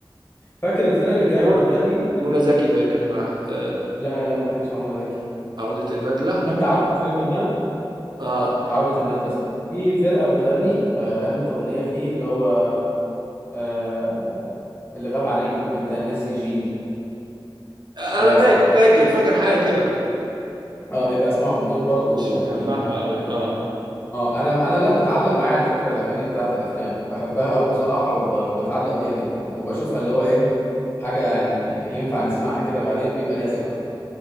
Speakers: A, on the left; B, on the right.
A: فاكر الفرقه اللي كانت
B: ومنى
A: بتغني
B: ومنى زكي باين كانت مع آه.
A: لا لا ما كانتش مع منى زكي
B: عودة الندلة
A: انت عارفه الفيلم ده
B: اه
A: عودة الندلة اسمه. في فرقة بتغني آه غنت أغنية فيه اللي هو آه اللي غاب عن عيني متناسي جيني
B: انا
A: ابقى
B: فاكر
A: اسمعهم
B: فاكر فاكر حاجه كده
A: اه ابقى اسمعهم دول برضو
B: مش مجمعها
A: يعني
B: قوي اه
A: اه انا انا لا بتعلق معايا على فكره الاغاني بتاعت الافلام بحبها قوي بصراحه وب... وبتعلق بيها جدا وبشوفها اللي هو ايه حاجه يعني ينفع نسمعها كده بعدين بيبقى ليها ذكرى